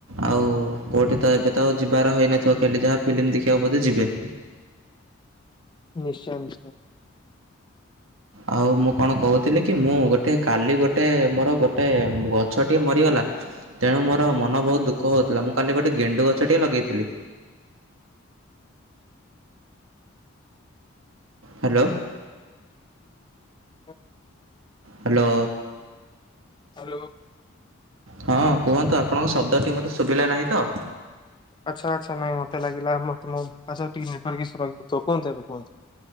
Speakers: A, on the right; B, on the left.
A: ଆଉ ଉ କୋଉଠି ତ ଏବେ ତ ଆଉ ଯିବାର ହୋଇନଥିବ କାଲି ଯାହା ଫିଲ୍ମ ଦେଖିଆକୁ ବୋଧେ ଯିବେ।
B: ନିଶ୍ଚୟ ନିଶ୍ଚୟ।
A: ଆଉ ମୁଁ କଣ କହୁଥିଲି କି, ମୁଁ ଗୋଟେ କାଲି ଗୋଟେ ମୋର ଗୋଟେ ଗଛଟିଏ ମରିଗଲା ତେଣୁ ମୋର ମନ ବହୁତ ଦୁଃଖ ହଉଥିଲା ମୁଁ କାଲି ଗୋଟେ ଗେଣ୍ଡୁ ଗଛଟିଏ ଲଗେଇଥିଲି। ହାଲୋ।
B: ହୁଁ।
A: ହାଲୋ।
B: ହାଲୋ।
A: ହଁ କୁହନ୍ତୁ ଆପଣଙ୍କ ଶବ୍ଦ ଟିକେ ମୋତେ ଶୁଭିଲା ନାହିଁ ତ।
B: ଆଚ୍ଛା ଆଚ୍ଛା ନାଇ ମତେ ଲାଗିଲା ମତେ ମୋ <unintelligible> ତ କହନ୍ତୁ ଏବେ କୁହନ୍ତୁ।